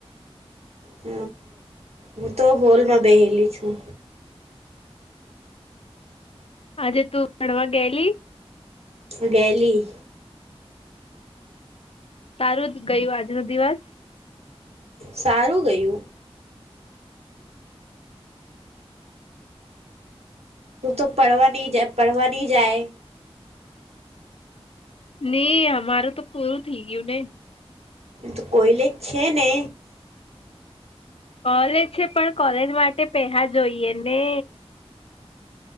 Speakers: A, on the right; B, on the left.
A: હ હું તો હોલમાં બેહેલી છું.
B: આજે તું ભણવા ગયેલી.
A: વહેલી.
B: સારું જ ગયું આજનો દિવસ.
A: સારું ગયું. તું તો પડવા નહી જ પડવા નહી જાય.
B: નઈ અમારું તો પૂરું થઈ ગયું ને.
A: તો કોઈલે જ છે ને.
B: કોલેજ છે પણ કોલેજ માટે પેહા જોઈએ ને.